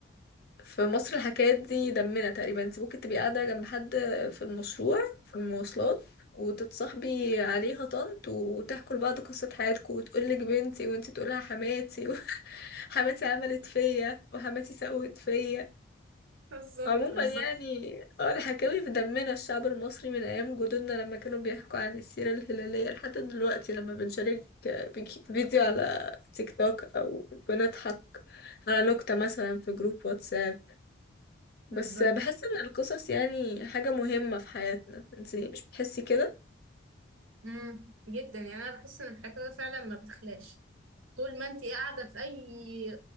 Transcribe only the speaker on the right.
بالظبط
بالظبط
بالظبط
امم جدا يعني انا بحس ان الحكايه فعلا ما بتخلاش طول ما انت قاعده في اي